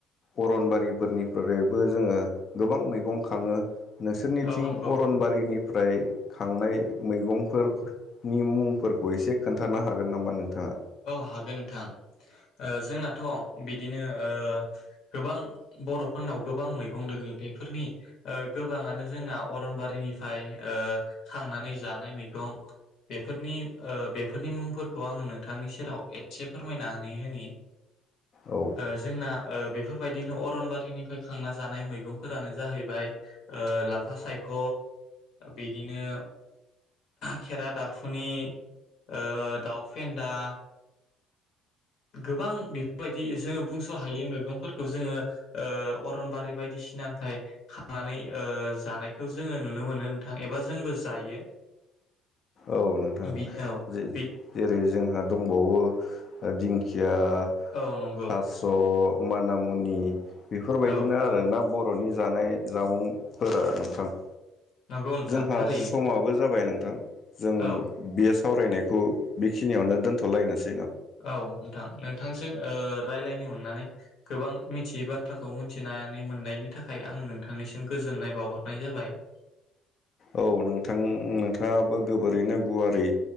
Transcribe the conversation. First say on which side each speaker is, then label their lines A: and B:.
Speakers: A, on the left; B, on the left.
A: अरनबारि फोरनिफ्रायबो जोङो गोबां मैगं खाङो नोंसोरनिथिं
B: औ नंगौ
A: अरनबारिनि फ्राय खांनाय मैगंफोरनि मुंफोरखौ एसे खोन्थानो हागोन नामा नोंथाङा?
B: औ हागोन नोंथां ओ जोंनाथ' बिदिनो ओ गोबां बर'फोरनाव गोबां मैगं दोङो बेफोरनि ओ गोबाङानो जोंना अरनबारिनिफ्राय ओ खांनानै जानाय मैगं बेफोरनि बेफोरनि मुंफोरखौ आङो थांनि सेराव एसे फोरमायनानै होनि
A: औ
B: ओ जोंना ओ। बेफोरबायदिनो अरनबारिनिफ्राय खांना जानाय मैगंफोरानो जाहैबाय ओ लाफा सायख' बिदिनो खेरा दाफुनि ओ दाउ फेन दा। गोबां बेफोरबायदि जोङो बुंस' हायो मैगंफोरखौ जोङो ओ अरनबारि बायदिसिनानिफ्राय खांनानै ओ जानायखौ जोङो नुनो मोनो नोंथां एबा जोंबो जायो
A: औ नोंथां
B: बि औ
A: जे
B: बि
A: जेरै जों दंबावो दिंखि या
B: औ नंगौ
A: थास' मानामुनि <inaudible> बेफोरबायदिनो
B: औ
A: आरो ना ब रनि जानाय जामुंफोरा नोंथां ।
B: नंगौ नोंथां
A: जोंहा
B: थारैनो
A: समाबो जाबाय नों थां। जों
B: औ
A: बेस सावरायनायखौ बेखिनियावनो दोन्थ'लायनोसै
B: औ नोंथां नोंथां जों ओ रायलायनो मोन्नानै गोबां मिथियै बाथ्राखौ मिथिनानै मोननायनि थाखाय आं नोंथांनिसिम गोजोननाय बावहरनाय जाबाय ।
A: औ नोंथां नोंथाङाबो गोबोरैनो गुवारै